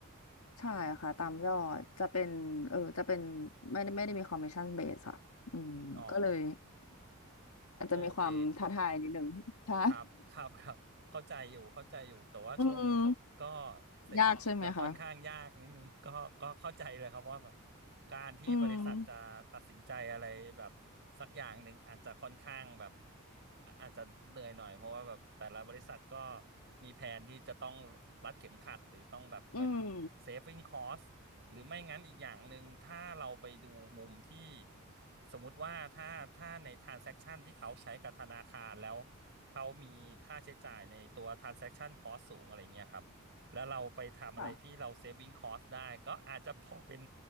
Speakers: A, on the left; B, on the right.
A: ใช่ค่ะตามยอดจะเป็นเออจะเป็น
B: อืม
A: ไม่ได้ไม่ได้มีคอมมิชชั่นเบสอะอืมก็เลย
B: อ๋อ
A: <laughs> อาจจะมีความท้าทายนิดนึงใช่
B: โอเค ครับครับครับเข้าใจอยู่เข้าใจอยู่แต่ว่าช่วงนี้ก็
A: <laughs> อืม
B: เศรษฐกิจก็ค่อนข้างยากนิดนึง
A: <laughs> ยากใช่ไหมคะ
B: <laughs> ก็ก็เข้าใจเลยครับว่าแบบการที่บริษัทจะตัดสินใจอะไรแบบสักอย่างหนึ่งอาจจะค่อนข้างแบบ
A: อืม
B: อาอาจจะเหนื่อยหน่อยเพราะว่าแบบแต่ละบริษัทก็มีแผนที่จะต้องรัดเข็มขัดหรือต้องแบบเหมือน
A: อืม
B: saving cost หรือไม่งั้นอีกอย่างหนึ่งถ้าเราไปดูมุมที่สมมุติว่าถ้าถ้าใน transaction ที่เขาใช้กับธนาคารแล้วเขามีค่าใช้จ่ายในตัว transaction cost สูงอะไรเงี้ยครับแล้วเราไปทำอะไรที่เรา
A: ค่ะ
B: saving cost ได้ก็อาจจะพอเป็น